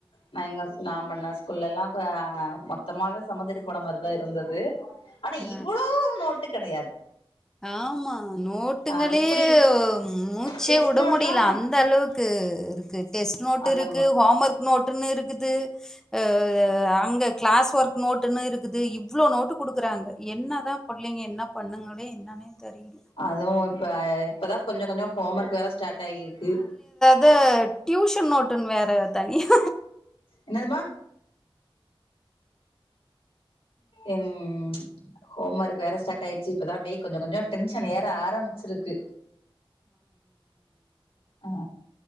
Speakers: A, on the left (about 80°); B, in the centre.
A: நா எங்க நா பண்ணா குள்ளல்லா அ மொத்தமாதா சொமந்திட்டு போன மாரிதா இருந்தது ஆனா
B: ஆ, ஆ.
A: இவளோ நோட்டு கெடையாது
B: ஆமா நோட்டுங்களே
A: ஆ இப்டி
B: மூ ச்சே
A: டெஸ்ட்
B: உட
A: நோட்லா
B: முடில அந்த அளவுக்கு இருக்கு டெஸ்ட் நோட்டு்
A: அந்த
B: இருக்கு ஹோம் ஒர்க் நோட்டுன்னு இருக்குது அ அங்க க்ளாஸ் ஒர்க் நோட்டுன்னு இருக்குது இவ் ளோ நோட்டு குடுக்குறாங்க என்னதா பிள்ளைங்க என்ன பண்ணுங்களே என்னானே தெரில
A: அதுவு இப்ப இப்பதா கொஞ்சோ கொஞ்சோ ஹோம் ஒர்க் வேற ஸ்டார்ட் ஆயிருக்கு
B: த டியூஷன் நோட்டுன் வேற தனியா
A: என்னதுமா ம் ஹோம் ஒர்க் வேற ஸ்டார்ட் ஆயிச்சு இப்பதா அப்டியே கொஞ்ச கொஞ்ச டென்ஷன் ஏற ஆரம்பிச்சிருக்கு ஆ